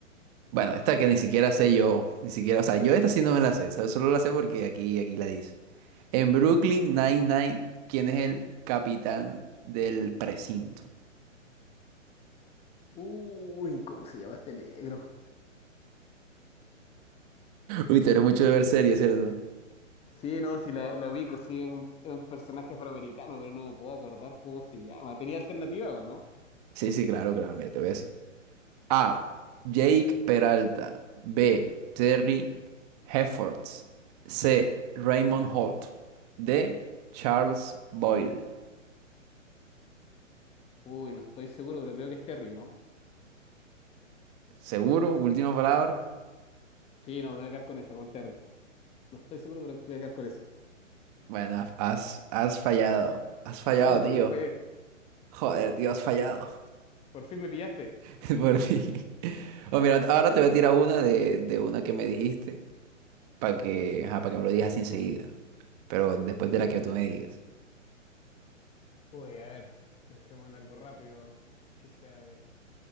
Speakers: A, on the right (about 30°); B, on the left (about 15°).
A: bueno, esta que ni siquiera sé yo, ni siquiera, o sea, yo esta sí no me la sé, ¿sabes? Solo la sé porque aquí, aquí la dice. En Brooklyn Nine-Nine, ¿quién es el capitán del precinto?
B: Uy, ¿cómo se llama este negro?
A: Uy, tú eres mucho de ver series, ¿cierto?
B: Sí, no, sí la, la ubico, sí, es un, es un personaje afroamericano, pero no me puedo acordar cómo se llama. ¿Tenía alternativa o no?
A: Sí, sí, claro, claro, mira, te voy a decir. A. Jake Peralta. B. Terry Heffords. C. Raymond Holt. D. Charles Boyle.
B: Uy, no estoy seguro, pero creo que es Terry, ¿no?
A: ¿Seguro? Última palabra.
B: Sí, no, me voy a quedar con esa, con Terry. No estoy seguro, pero voy a quedar con eso.
A: Bueno, has, has fallado. Has fallado,
B: ¡Oh,
A: tío.
B: por fin fallé!
A: Joder, tío, has fallado.
B: ¡Por fin me pillaste!
A: <laughs> Por fin. Oh, mira, ahora te voy a tirar una de, de una que me dijiste para que, ajá, para que me lo digas así enseguida. Pero después de la que tú me digas.
B: Uy, a ver, pensemos en algo rápido que sea de